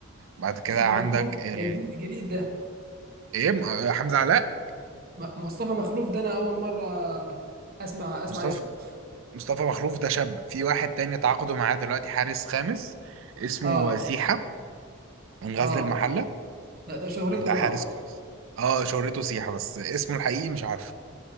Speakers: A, on the right; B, on the right.
A: بعد كده
B: مصطفى
A: عندك
B: مخلوف
A: ال...
B: ده جديد جديد ده
A: إيه م- آه، حمزة علاء
B: م- مصطفى مخلوف ده انا اول مره اسمع اسمع
A: مصطفى
B: اسمه
A: مصطفى مخلوف ده شاب في واحد تاني تعاقدوا معاه دلوقتي حارس خامس اسمه
B: اه
A: سيحة من غزل
B: اه
A: المحلة
B: لا ده شهرته
A: ده
B: طبعا
A: حارس كويس اه شهرته سيحة بس اسمه الحقيقي مش عارف